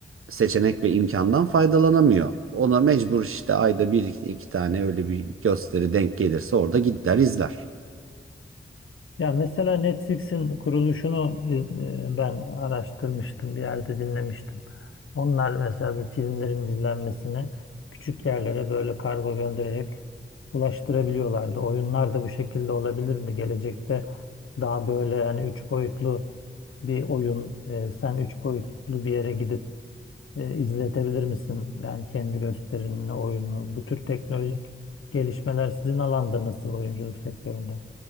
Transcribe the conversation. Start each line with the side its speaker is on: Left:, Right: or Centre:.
Right: seçenek ve imkandan faydalanamıyor. Ona mecbur işte ayda bir iki tane öyle bir gösteri denk gelirse orada gider izler.
Left: Ya mesela Netflix'in kuruluşunu e, ben araştırmıştım, bir yerde dinlemiştim. Onlar mesela bir filmlerin izlenmesini küçük yerlere böyle kargo göndererek ulaştırabiliyorlardı. Oyunlar da bu şekilde olabilir mi? Gelecekte daha böyle yani üç boyutlu bir oyun, e, sen üç boyutlu bir yere gidip e, izletebilir misin? Yani kendi gösterimini, oyunu, bu tür teknolojik gelişmeler sizin alanda nasıl oyunculuk sektöründe?